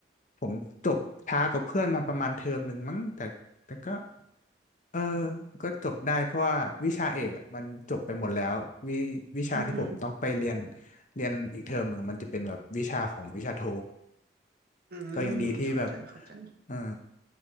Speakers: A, on the left (about 45°); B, on the right (about 60°).
A: ผมจบช้ากว่าเพื่อนมาประมาณเทอมหนึ่งมั้งแต่แต่ก็เออก็จบได้เพราะว่าวิชาเอกอะมันจบไปหมดแล้ววิวิชาที่ผมต้องไปเรียน
B: อือหือ
A: เรียนอีกเทอมหนึ่งมันจะเป็นแบบวิชาของวิชาโท
B: อืมเข้าใจเข้าใจ
A: ก็ยังดีที่แบบเออ